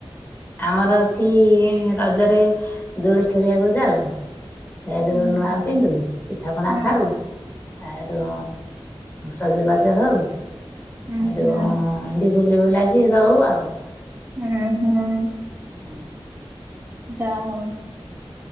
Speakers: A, on the left; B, on the right.
A: ଆମର ଅଛି ରଜରେ ଦୂଳି ଖେଳିବାକୁ ଯାଉ। ହେଟୁ
B: ହୁଁ
A: ନୂଆ ପିନ୍ଧୁ, ପିଠା ପଣା
B: ହୁଁ
A: ଖାଉ। ଏଠୁ ସଜବାଜ ହଉ।
B: ହୁଁ
A: ଏଠୁ
B: ହୁଁ
A: ଏନ୍ତି ବୁ ବୁଲାକି ରହୁ ଆଉ।
B: ହୁଁ ହୁଁ।
A: ହଁ।
B: ଯା ହୋଉ।